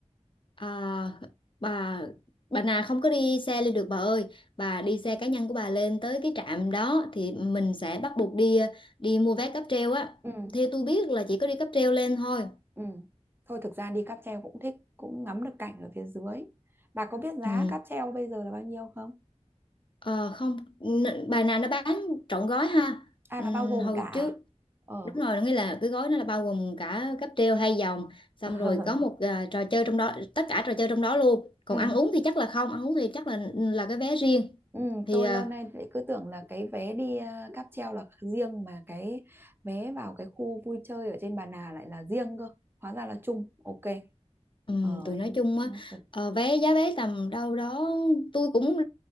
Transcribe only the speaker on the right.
ừ
Ừ. Thôi thực ra đi cáp treo cũng thích, cũng ngắm được cảnh ở phía dưới. Bà có biết giá
cáp treo bây giờ là bao nhiêu không?
À
là bao gồm
cả. à?
Ờ.
<laughs>
Ừ.
Ừ.
Tôi
lâu nay lại cứ tưởng là cái vé đi ờ, cáp treo là riêng mà cái vé vào cái khu vui chơi ở trên Bà Nà lại là riêng cơ. Hóa ra là chung. Ok.
Ờ.
nó
thật.